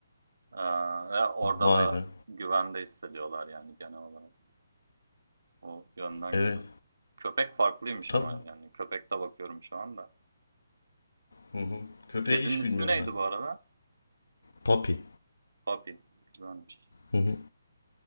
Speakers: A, on the right (about 75°); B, on the left (about 85°).
A: Ee, ve orada
B: Vay
A: da
B: be.
A: güvende hissediyorlar yani genel olarak. O yönden
B: Evet
A: güzel. Köpek farklıymış
B: tabii.
A: ama yani köpekte bakıyorum şu anda.
B: Hı hı. Köpeği
A: Kedinin
B: hiç
A: ismi
B: bilmiyorum
A: neydi
B: ben.
A: bu arada?
B: Papi.
A: Papi. Güzelmiş.
B: Hı hı.